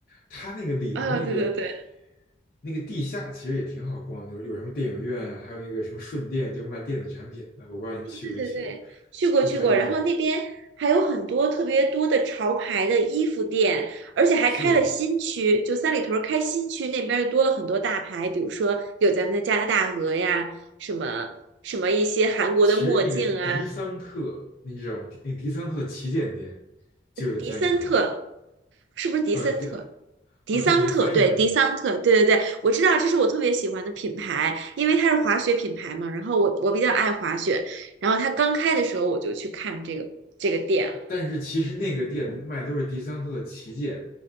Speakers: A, on the left (about 50°); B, on the right (about 70°).
A: 它那个里头那个
B: 啊，对对对。
A: 那个地下其实也挺好逛的，有有什么电影院啊还有那个什么顺电，就卖电子产品的，我不知道您去过没去过，
B: 对对对，去过去过，
A: 地下一层
B: 然后那边还有很多特别多的潮牌的衣服店，而且还开了新区，
A: 是，
B: 就三里屯儿开新区那边儿多了很多大牌，比如说有咱们的加拿大鹅呀，什么什么一些韩国的墨镜啊，
A: 其实那个迪桑特，你知道吗？那迪桑特旗舰店就是在三里屯儿
B: 迪森特是不是迪森特？
A: 呃，对，
B: 迪桑特，
A: 呃，它可能翻译问题。
B: 对，迪桑特，对对对，我知道这是我特别喜欢的品牌，因为它是滑雪品牌嘛，然后我我比较爱滑雪，然后它刚开的时候我就去看这个这个店。
A: 但是其实那个店卖的都是迪桑特的旗舰，